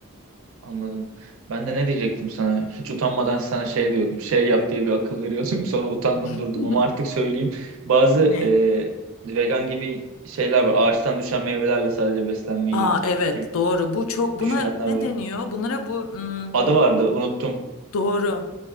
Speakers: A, on the right; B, on the left.
A: Anladım. Ben de ne diyecektim sana? Hiç utanmadan sana şey diyordum. Şey yap diye bir akıl veriyordum. <laughs> Sonra utandım
B: <laughs>
A: durdum ama artık söyleyeyim. Bazı
B: Ne?
A: e, vegan gibi şeyler var. Ağaçtan düşen meyvelerle sadece beslenmeyi
B: Aa evet
A: dü-
B: doğru. Bu çok
A: düşünenler
B: buna
A: var.
B: ne deniyor? Bunlara bu hmm,
A: Adı vardı unuttum.
B: Doğru.